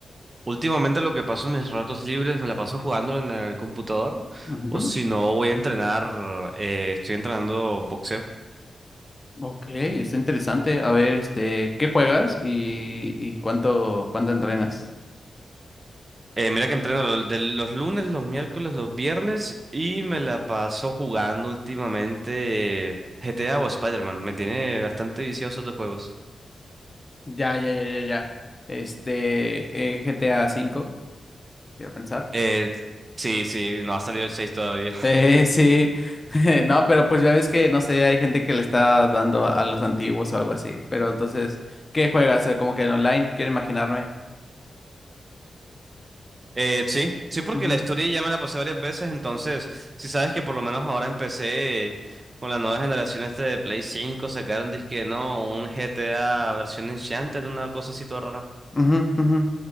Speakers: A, on the right; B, on the left.
A: últimamente lo que paso en mis ratos libres me la paso jugando en el computador
B: Ujú.
A: o si no voy a entrenar, eh, estoy entrenando boxeo.
B: Ok, está interesante. A ver, este, ¿qué juegas y, y cuánto, cuánto entrenas?
A: Eh, mira que entreno lo- de los lunes, los miércoles, los viernes y me la paso jugando últimamente eh, GTA o Spider-Man. Me tiene bastante vicioso de juegos.
B: Ya, ya, ya, ya, ya. Este, eh, GTA cinco. quiero pensar.
A: Eh, sí, sí, no ha salido el 6 todavía.
B: Eh, sí, <laughs> no, pero pues ya ves que, no sé, hay gente que le está dando a, a los antiguos o algo así, pero entonces, ¿qué juegas? Eh, Como que en online, quiero imaginarme.
A: Eh, sí, sí, porque
B: Ujú,
A: la historia ya me la pasé varias veces, entonces, si sabes que por lo menos ahora empecé con la nueva generación este de Play 5, sacaron disque, no, un GTA versión Enchanted, una cosa así toda rara.
B: ujú, ujú.